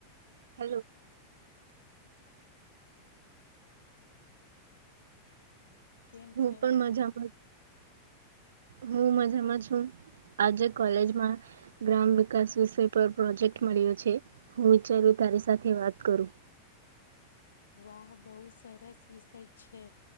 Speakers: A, on the right (about 65°); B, on the left (about 70°).
A: <inaudible>
B: કેમ
A: હું
B: છો
A: પણ મજામાંતી હું મજામાં છું આજે કોલેજમાં ગ્રામ વિકાસ વિષય પર પ્રોજેક્ટ મળ્યો છે હું વિચાર તારી સાથે વાત કરું
B: વાહ બહુ સરસ વિષય છે